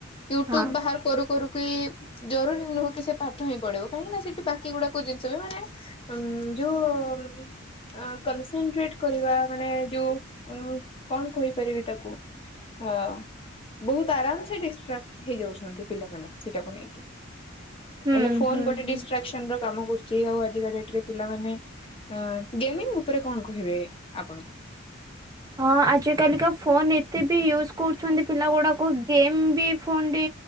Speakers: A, on the left; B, on the right.
A: ୟୁଟ୍ୟୁବ
B: ହଁ
A: ବାହାର କରୁ କରୁ କି ଜରୁରୀ ନୁହଁ କି ସେ ପାଠ ହିଁ ପଢିବ। କାହିଁକି ନା ସେଠି ବାକି ଗୋଡାକ ଜିନଷ ବି ମାନେ ଉଁ ଯୋଉ କନସେନଟ୍ରେଟ କରିବା ମାନେ ଯୋଉ କଣ କହିପାରିବି ତାକୁ। ହଁ, ବହୁତ ଆରାମ ସେ ଡିଷ୍ଟ୍ରାକ୍ଟ ହେଇଯାଉଛନ୍ତି ପିଲାମାନେ ସେଇଟାକୁ ନେଇ।
B: ହୁଁ
A: ମାନେ ଫୋନ
B: ହୁଁ
A: ଗୋଟେ
B: ହୁଁ।
A: ଡି୍ରାକ୍ସନ ର କାମ କରୁଛି ଆଉ ଆଜା ଡେଟରେ ପିଲାମାନେ ଗେମିଙ୍ଗ ଉପରେ କଣ କହିବେ ଆପଣ?
B: ହଁ ଆଜିକାଲିକା ଫୋନ ଏତେ ବି ୟୁଜ୍ କରୁଛନ୍ତି ପିଲା ଗୁଡ଼ାକ ଗେମ୍ ବି ଫୋନରେ